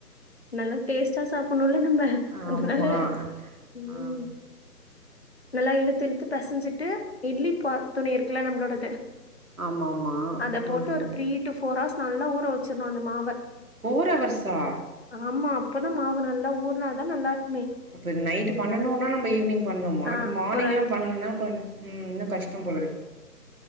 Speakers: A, on the left (about 40°); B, on the right (about 55°).
A: நல்லா டேஸ்டா சாப்புணுல்ல நம் ப அதனால
B: ஆமா
A: உம்
B: ஆ
A: நல்லா இழுத்து இழுத்து பெசஞ்சிட்டு இட்லி பாத் துணி இருக்குல நம்மளோடது
B: ஆமாமா
A: அத
B: ம்
A: போட்டு ஒரு த்ரீ டூ ஃபோர் ஹவர்ஸ் நல்லா ஊர ஊர வச்சிட்ணும் அந்த மாவ
B: ஃபோர் அவர்ஸ்ஸா
A: ஆமா அப்பதான் மாவு நல்லா ஊர்னாதான் நல்லா இருக்கு
B: அப்ப நைட் பண்ணனுனா நம்ம ஈவினிங் பண்ணுமா
A: ஆ
B: மார்னிங்லாம்
A: ஒரு
B: பண்லனா கொஞ் உம் இன்னும் கஷ்டம் போலருக்கு